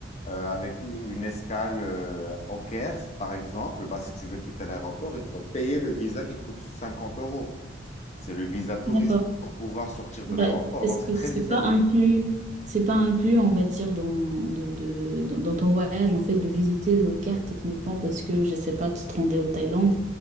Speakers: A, on the left (about 40°); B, on the right (about 40°).
A: euh, avec u- une escale euh, au Caire, par exemple, bah, si tu veux quitter l'aéroport, il faut payer le visa qui coûte 50 euros. C'est le visa touriste
B: d'accord.
A: pour pouvoir sortir de
B: Bah,
A: l'aéroport.
B: parce
A: Donc, c'est
B: que
A: très
B: c'est
A: différent.
B: pas inclus, c'est pas inclus, on va dire, dans, de, de- dans, dans ton voyage, en fait, de visiter le Caire techniquement, parce que, je sais pas, tu te rendais au Thaïlande,